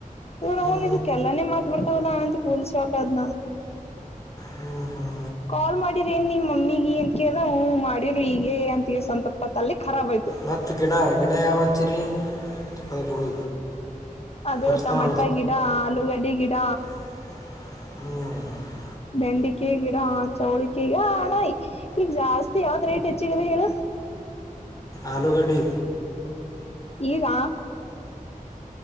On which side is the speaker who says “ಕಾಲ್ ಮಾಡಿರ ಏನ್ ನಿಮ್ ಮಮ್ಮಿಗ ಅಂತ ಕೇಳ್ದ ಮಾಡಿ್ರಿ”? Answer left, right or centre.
Left